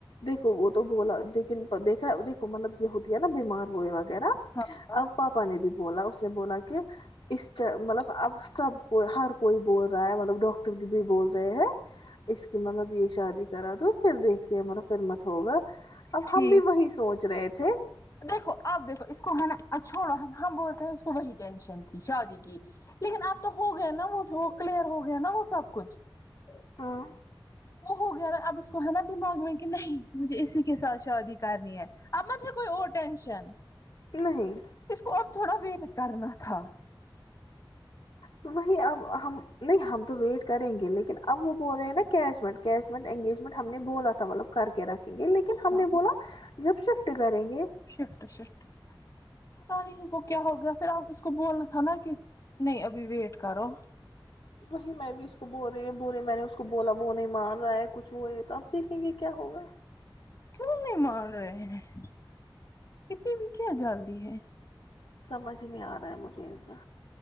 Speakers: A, on the left; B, on the left.
A: دیکھو وہ تو بولا لیکن <unintelligible> دیکھا دیکھو مطلب یہ ہوتی ہے نا بیمار وہ <unintelligible> و نا
B: ہاں
A: اب پاپا نے بھی بولا اس نے بولا کہ <unintelligible> اس مطلب اب سب کو ہر کوئی بول رہا ہے مطلب ڈاکٹر بھی بول رہے ہیں <unintelligible> اس کی مطلب یہ شادی <unintelligible> را تو <unintelligible> پھر دیکھتے م فھر <unintelligible> ہوگا <unintelligible> اب
B: ٹھیک
A: ہم بھی وہی سوچ رہے تھے <unintelligible>
B: دیکھو آپ دیکھو اس کو ہم نے چھوڑا ہم بولتے ہیں اس کو وہی ٹینشن تھی شادی کی لیکن اب تو ہو گیا نا وہ کلیئر ہو گیا نا وہ سب کچھ <unintelligible>
A: ہاں
B: وہ ہو گیا نا اب اس کو ہے نا دماغ میں کہ نہیں مجھے اسی کے ساتھ شادادی کرنی ہے اب مت ہے کوئی اور ٹینشن <unintelligible>
A: نہیں
B: اس کو اب تھوڑا ویٹ کرنا <unintelligible> تھا <unintelligible>
A: تو وہی اب ہم نہیں ہم تو ویٹ کریں گے لیکن اب وہ بول رہے ہیں نا کیش مٹ کیش مٹ انگیجمنٹ <unintelligible> ہم نے بولا تھا مطلب کر کے رکھیں گے لیکن ہم
B: ہاں
A: نے بولا <unintelligible> جب شفٹ کریں گے <unintelligible>
B: شفٹ شفٹ <unintelligible> پت نہیں ان کو کیا ہو گیا پھر آپ اس کو بولنا تھا نا کہ نہیں ابھی ویٹ کرو <unintelligible>
A: وہی میں بھی اس کو بول رہی ب رہے میں نے اس کو بولا وہ نہیں مار رہا ہے کچھ وہ یہ تو آپ دیکھیں گے کیا ہوگا
B: کیوں نہیں مار رہے ہیں اتنی بھییکزلدی ہے
A: سمجھ نہیں آ رہا ہے مجھے ان کا